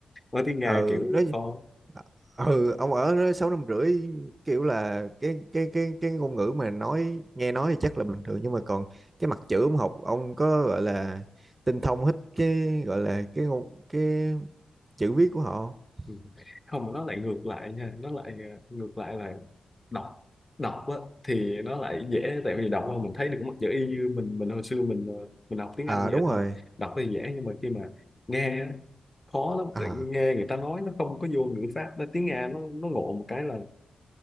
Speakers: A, on the left (about 15°); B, on the right (about 25°).
A: nói tiếng Nga
B: ừ
A: kiểu
B: nó
A: khó
B: Ờ, ừ ông ở đó sáu năm rưỡi kiểu là cái cái cái cái ngôn ngữ mà nói nghe nói thì chắc là bình thường nhưng mà còn cái mặt chữ ông học ông có gọi là tinh thông hết cái gọi là cái ngôn cái chữ viết của họ không?
A: ừ. không nó lại ngược lại nha nó lại ờ, ngược lại là đọc đọc á, thì nó lại dễ tại vì đọc mà mình thấy được mặt chữ y như mình mình hồi xưa mình ờ, mình học tiếng
B: à
A: Anh vậy
B: đúng rồi
A: thôi đọc thì dễ nhưng mà khi mà nghe á, khó lắm
B: à
A: tại nghe người ta nói nó không có vô ngữ pháp Nó tiếng Nga nó nó ngộ một cái là